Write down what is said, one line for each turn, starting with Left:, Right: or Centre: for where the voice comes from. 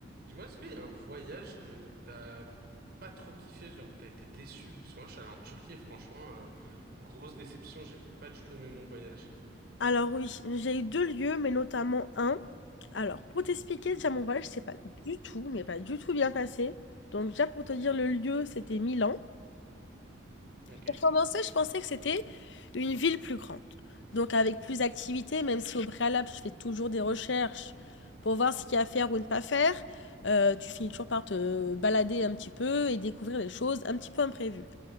Right: Dis-moi, est-ce qu'il y a un voyage que t'as pas trop kiffé, genre où t'as été déçu? Parce que moi, je suis allé en Turquie et franchement, euh, grosse déception, j'ai pas du tout aimé mon voyage.
Left: Alors oui, j'ai eu 2 lieux, mais notamment un. Alors, pour t'expliquer, déjà mon voyage, c'est pas du tout, mais pas du tout bien passé. Donc déjà pour te dire le lieu, c'était Milan.
Right: Ok.
Left: Pour commencer, je pensais que c'était une ville plus grande. Donc avec plus d'activités, même si au préalable, je fais toujours des recherches pour voir ce qu'il y a à faire ou ne pas faire, euh, tu finis toujours par te balader un petit peu et découvrir des choses un petit peu imprévues.